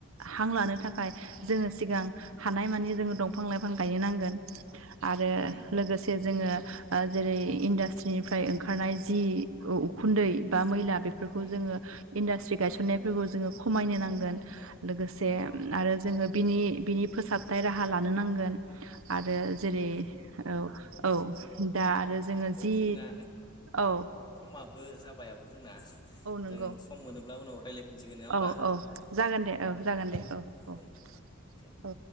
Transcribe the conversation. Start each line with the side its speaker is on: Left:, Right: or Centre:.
Right: हां लानो थाखाय जोङो सिगां
Left: उम
Right: हानायमानि जोङो दंफां लाइफां गायनो नांगोन आरो
Left: उम
Right: लोगोसे जोङो जेरै इडास्ट्रिनिफ्राय ओंखारनाय जि उखुन्दै बा मैला बेफोरखौ
Left: उम
Right: जोङो इडास्ट्रि गायसनायफोरखौ
Left: उम
Right: जोङो खमायनो नांगोन।
Left: ओ
Right: लोगोसे
Left: नंगौ आब' औ
Right: आरो जोङो बिनि बिनि फोसाबथाय राहा लानो नांगोन। आरो
Left: थारैनो
Right: जेरै औ औ दा आरो
Left: दे
Right: जोङो
Left: आब'
Right: जि
Left: जोंना
Right: औ
Left: समाबो जाबाय आब' जोंना
Right: औ नंगौ
Left: जों सम मोनोब्ला उनाव रायलाय फिनसिगोन नङा होमबा
Right: औ औ जागोन दे औ
Left: आब'
Right: जागोन
Left: दे
Right: औ औ
Left: दे दे
Right: औ